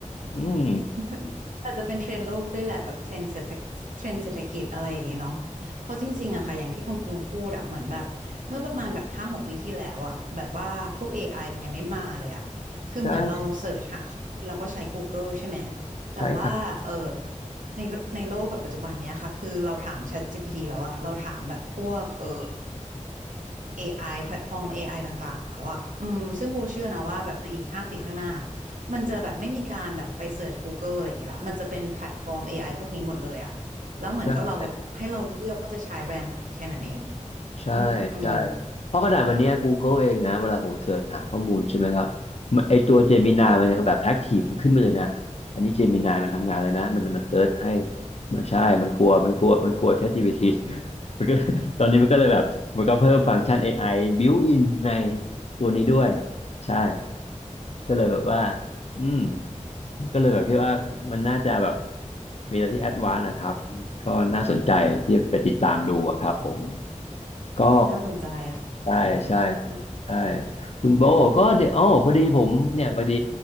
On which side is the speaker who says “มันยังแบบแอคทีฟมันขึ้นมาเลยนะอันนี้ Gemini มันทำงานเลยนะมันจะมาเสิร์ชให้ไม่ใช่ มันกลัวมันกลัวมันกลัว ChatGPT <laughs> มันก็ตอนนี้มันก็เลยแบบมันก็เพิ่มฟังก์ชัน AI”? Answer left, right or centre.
Left